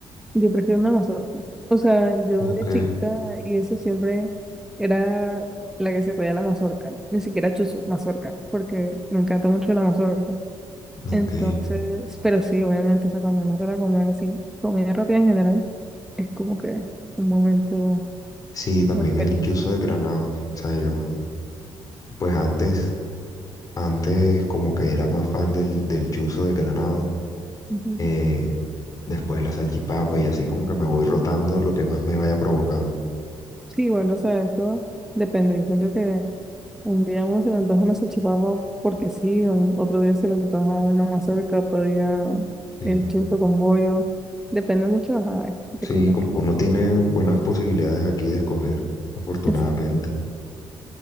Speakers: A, in the centre; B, on the left (about 40°).
A: yo prefiero una mazorca. O sea, yo
B: Ok,
A: de chiquita y eso siempre era la que se pedía la mazorca. Ni siquiera chuzo, mazorca, porque me encanta mucho la mazorca.
B: ok.
A: Entonces, pero sí, obviamente, o sea, cuando uno se la comer así, comida rápida en general, es como que un momento
B: Sí, también
A: muy feliz.
B: el chuzo de granado, o sea, yo pues antes, antes como que era más fan del, del chuzo de granado,
A: Ujú.
B: eh, después la salchipapa y así como que me voy rotando lo que más me vaya provocando.
A: Sí, igual, o sea, eso depende. Yo siento que un día uno se le antoja una salchipapa porque sí, un- otro día se le antoja una mazorca, otro día
B: Sí.
A: el chorizo con bollo. Depende mucho, ajá, de
B: Sí,
A: cómo.
B: como uno tiene buenas posibilidades aquí de escoger, afortunadamente.
A: es-